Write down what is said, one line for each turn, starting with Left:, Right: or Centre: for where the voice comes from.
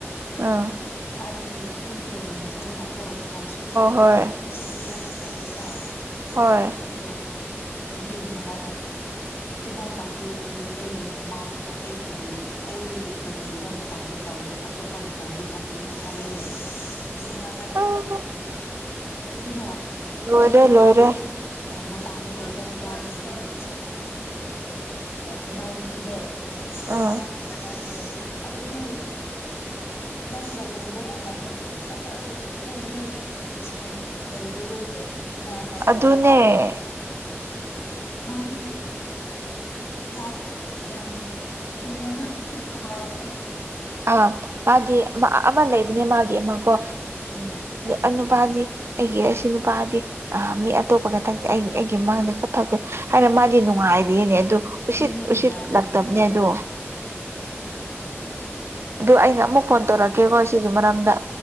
Right: ꯑꯥ
Left: ꯍꯥꯏꯗꯤ ꯑꯗꯨꯝ ꯄ꯭ꯔꯣꯕ꯭ꯂꯦꯝ ꯊꯣꯛꯏꯅꯕꯀꯣ ꯅꯍꯥꯟꯁꯨ ꯊꯥꯛꯄꯒꯤ
Right: ꯍꯣꯏ
Left: ꯑ ꯄꯣꯀꯦꯗꯥꯥ
Right: ꯍꯣꯏ
Left: ꯑꯣ ꯅꯨꯄꯤꯒꯤꯅꯦ ꯍꯥꯏꯕ ꯑꯗꯨꯃꯥꯏꯅ ꯇꯧꯒꯦꯗꯤ ꯑꯩꯒꯤ ꯃꯃꯥꯡ ꯑꯩꯒꯤ ꯑꯩꯒ ꯂꯩꯕ ꯃꯇꯝꯗ ꯇꯧꯋꯣ ꯑꯇꯣꯞꯄ ꯃꯇꯝꯗꯤ ꯇꯧꯒꯕꯅꯨ ꯍꯥꯏꯌꯦ ꯑꯗꯨꯃꯥꯏꯅ ꯍꯥꯏꯗꯤ
Right: ꯍꯣꯏ
Left: ꯌꯥꯔꯦ ꯑꯗꯨꯅ
Right: ꯂꯣꯏꯔꯦ
Left: ꯏ
Right: ꯂꯣꯏꯔꯦ
Left: ꯑ ꯃꯄꯥꯟꯗ ꯂꯩꯕ ꯃꯅꯥꯎ ꯅꯨꯄꯤꯗꯣ ꯃꯅꯥꯎ ꯅꯨꯄꯤꯗꯣ
Right: ꯑꯥ
Left: ꯏꯕꯥꯅꯤꯅ ꯍꯥꯏꯕꯅꯦ ꯑꯗꯨꯗꯤ ꯅꯪꯒ ꯂꯩꯕ ꯃꯇꯝꯗ ꯑꯗꯨꯨꯝ ꯊꯛ ꯊꯛꯑꯗꯤ ꯅꯪꯒꯤꯗꯤ ꯔꯦꯁꯄꯦꯛ ꯂꯩꯔꯔꯣꯏꯅꯦ ꯑꯗꯨꯃꯥꯏꯅ ꯍꯥꯏꯔꯒꯦ
Right: ꯑꯗꯨꯅꯦ
Left: ꯃꯥꯗꯤ ꯔꯥꯎ ꯌꯥꯝ ꯎꯕ ꯀꯃꯥꯏꯅꯁ
Right: ꯑ ꯃꯗꯤ ꯑꯃ ꯂꯩꯕꯅꯦ ꯃꯥꯒꯤ ꯑꯃ ꯀꯣ
Left: ꯎꯝ
Right: ꯑ ꯅꯨꯄꯥꯗꯤ ꯑꯩꯒꯤ ꯑꯁꯤ ꯅꯨꯄꯥꯗꯤ ꯑ ꯃꯤ ꯑꯇꯣꯞꯄꯒ ꯊꯛꯇꯦ ꯑꯩ ꯑꯩꯒꯤ ꯃꯃꯥꯡꯗ ꯈꯛ ꯊꯛꯄꯅꯦ ꯍꯥꯏꯔ ꯃꯥꯗꯤ ꯅꯨꯡꯉꯥꯏꯔꯤꯅꯦ ꯑꯗꯨ
Left: ꯑꯗꯨꯨꯅꯦ
Right: ꯎꯁꯤꯠ
Left: ꯅꯨꯡꯉꯥꯏꯔꯤꯌꯦ
Right: ꯎꯁꯤꯠ ꯂꯛꯇꯕꯅꯦ ꯑꯗꯣ ꯑꯗꯨ ꯑꯩꯅ ꯑꯃꯨꯛ ꯐꯣꯟ ꯇꯧꯔꯛꯀꯦꯀꯣ ꯁꯤꯒꯤ ꯃꯔꯝꯗ